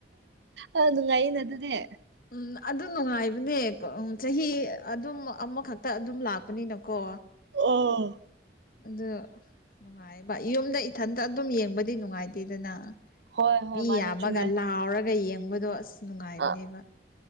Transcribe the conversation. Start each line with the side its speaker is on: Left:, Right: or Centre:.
Right: ꯑꯥ ꯅꯨꯡꯉꯥꯏꯅꯤꯅꯥ ꯑꯗꯨꯗꯤ
Left: ꯎꯝ ꯑꯗꯨ ꯅꯨꯡꯉꯥꯏꯕꯅꯦꯀꯣ ꯆꯥꯍꯤ ꯑꯗꯨꯝ ꯑꯃꯈꯛꯇ ꯑꯗꯨꯝ ꯂꯥꯛꯄꯅꯤꯅꯥꯀꯣ
Right: ꯑꯣ
Left: ꯑꯗꯨ ꯅꯨꯡꯉꯥꯏꯕ ꯌꯨꯝꯗ ꯏꯊꯟꯇ ꯑꯗꯨꯝ ꯌꯦꯡꯕꯗꯤ ꯅꯨꯡꯉꯥꯏꯇꯦꯗꯥꯅ
Right: ꯍꯣꯏ ꯍꯣꯏ
Left: ꯃꯤ
Right: ꯃꯥꯅꯦ
Left: ꯌꯥꯝꯃꯥꯒ
Right: ꯆꯨꯝꯃꯦ
Left: ꯂꯥꯎꯔꯒ ꯌꯦꯡꯕꯗꯣ ꯑꯁ ꯅꯨꯡꯉꯥꯏꯕꯅꯦꯕꯥ
Right: ꯑ